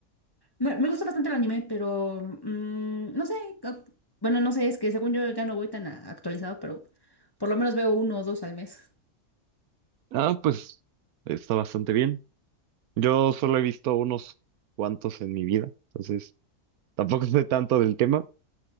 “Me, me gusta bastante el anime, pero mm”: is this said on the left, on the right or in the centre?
Left